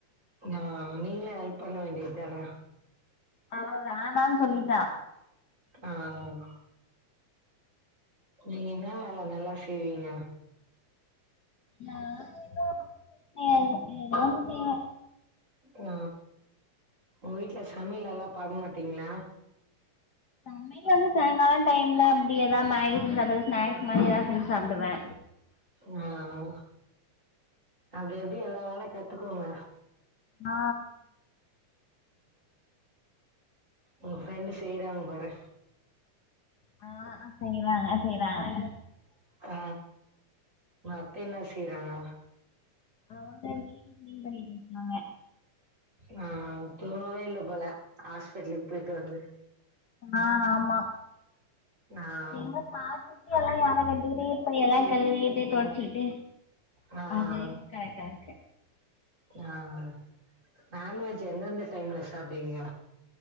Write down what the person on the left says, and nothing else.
அவ வேணான் சொல்லிட்டா
நா எதோ எதோ ஒன்னு செய்வ
சமையல் வந்து சாயங்கால டைம்ல அப்டி எதாவ் மேகி செஞ்சு சாப்டுவே ஸ்நாக்ஸ் மாரி எதாவ்து செஞ்சு சாப்டுவே
ஆ
ஆ அ செய்றாங்க செய்றாங்க
அவுங்க வீடு கிளீன் பண்ணிட்ருக்காங்க
ஆ ஆமா
எங்க சாப்புட் எல்லா ஏர கட்டிட்டு இப்ப எல்லா கழுவிட்டு தொட்ச்சுட்டு
அதே கரக்டா இருக்க